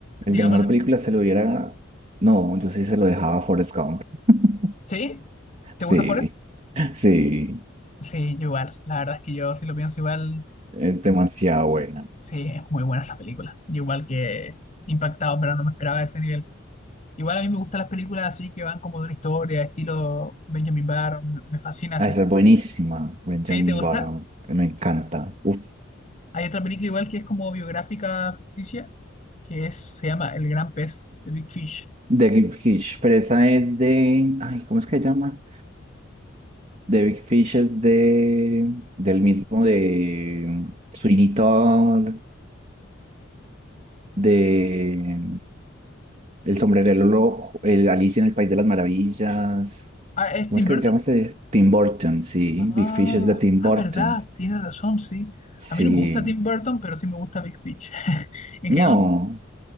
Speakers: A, on the left (about 40°); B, on the right (about 35°).
A: digamos
B: de mejor
A: el de mejor.
B: película se lo hubiera, no, yo sí se lo dejaba a Forrest Gump. <laughs>
A: ¿Sí? ¿Te gusta
B: Sí,
A: Forrest?
B: sí,
A: Sí, yo igual. La verdad es que yo, si lo pienso igual,
B: es demasiado buena.
A: sí, es muy buena esa película. Yo igual que impactado, pero no me esperaba ese nivel. Igual a mí me gustan las películas así que van como de una historia, estilo Benjamin Button me, me fascina así.
B: Ah, esa es buenísima, Benjamin
A: ¿Sí? ¿Te gusta?
B: Button, me encanta. Uf,
A: Hay otra película igual que es como biográfica ficticia, que es, se llama El Gran Pez, de Big Fish.
B: The Gift Hitch, pero esa es de, ay, ¿cómo es que se llama? The Big Fish es de, del mismo de Sweeney Todd, de El Sombrerero Loco, el Alicia en el País de las Maravillas.
A: Ah, ¿es
B: ¿Cómo
A: Tim
B: es
A: Burton?
B: que se llama este? Tim Burton, sí.
A: Ah,
B: Big Fish es de Tim
A: ah,
B: Burton.
A: verdad, tiene razón, sí.
B: Sí.
A: A mí no me gusta Tim Burton, pero sí me gusta Big Fish. <laughs> En
B: No,
A: general no me gusta.